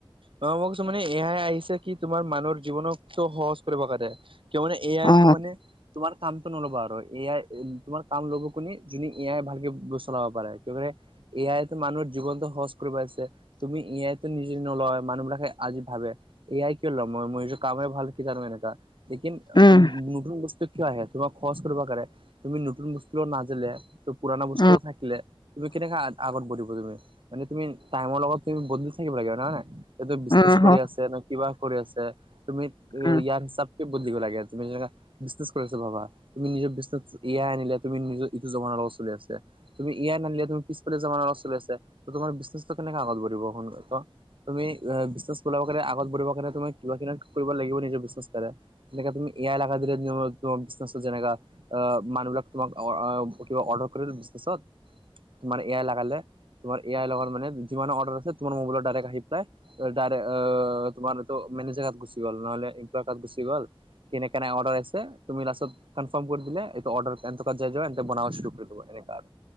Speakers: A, on the right; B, on the left.
A: অ মই কৈছো মানে এ আই আহিছে কি তোমাৰ মানুহৰ জীৱনক সহজ কৰিব কাৰণে। কিয় মান এ আইটো
B: অ
A: মানে তোমাৰ কামটো নল'বা আৰু এ আই তোমাৰ কাম ল'ব কোনে যোনে এ আই ভালকে চলাব পাৰে এ আইতো মানুহৰ জীৱনটো সহজ কৰিব আহিছে তুমি এ আইতো নিজে নলয় মানুহ বিলাকে আজি ভাবে এ আই কিয় লম মই নিজে কামে ভালকে জানো এনেকা লেকীন
B: উম
A: নতুন বস্তু কিয় আহে তোমাক খৰচ কৰিব কাৰনে তুমি নতুন বস্তু নাজিলে ত পুৰণা বস্তু
B: উম
A: থাকিলে তুমি কেনেকে আগত বঢ়িব তুমি। মানে তুমি টাইমৰ লগত তুমি বদলি থাকিব লাগে হয় নাই বিজনেছ
B: উম
A: কৰি
B: হ
A: আছে কিবা কৰি আছে তুমি
B: উম
A: ইয়াৰ হিচাপকে বদলিব লাগে তুমি যেনে বিজনেজ কৰি আছে বাবা তুমি নিজৰ বিজনেছ এ আই আনিলে তুমি নিজৰ ইটো জমানাৰ লগত চলি আছে। তুমি এ আই নানিলে তুমি পিছ ফালে জামানাৰ লগত চলি আছে তোমাৰ বিজনেছটো কেনেকে আগবাঢ়িব কোৱা। তুমি অ বিজনেছ বঢ়াবৰ কাৰণে আগত বঢ়াবৰ কাৰণে তুমি কিবা কিবি কৰিব লাগিব নিজৰ বিজনেছ কাৰণে যেনেকে তুমি এয়া এলেকাত যদি তোমাৰ বিজনেছটো যেনেকা আহ মানুহ বিলাক তোমাক অ কিবা অৰ্ডাৰ কৰিলে বিজনেছত তোমাৰ এ আই লগালে তোমাৰ এ আই লগত মানে যিমান অৰ্ডাৰ আছে তোমাৰ মোবাইলত ডাইৰেক্ট আহি পেলাই ত ডাইৰেক্ট অ তোমাৰতো মেনেজাৰ গুচি গ'ল নহ'লে এমপ্লয় এটা গুচি গ'ল কেনে কেনাই অৰ্ডাৰ আছে তুমি লাষ্টত কনফাৰ্ম কৰি দিলে এইটো অৰ্ডাৰ এন তাত যাই য এ বনাচ কৰি দিব এনেকোৱা